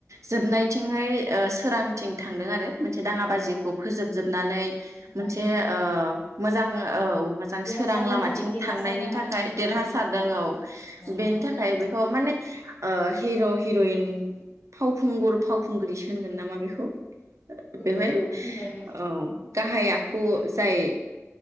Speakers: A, on the right (about 70°); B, on the left (about 65°).
A: जोबनायथिं सोरांथिं थांदों आरो । मोनसे दाङा बाजिखौ
B: अ
A: फोजोबजोबनानै मोनसे
B: माने
A: ओ मोजां आ औ मोजां
B: देरहासारनो
A: सोरां लामाथिं
B: जाहै देरहासारनो
A: थांनायनि
B: हादों
A: थाखाय
B: नामा नोंथां
A: देरहा औ
B: अ
A: बेनि
B: अ
A: थाखाय बेखौ माने ओ हिर' हिरइन फावखुंगुर फावखुंग्रिसो होनगोन नामा बेखौ । बेवहाय
B: औ
A: औ
B: होनजायो
A: । गाहाय आखु जाय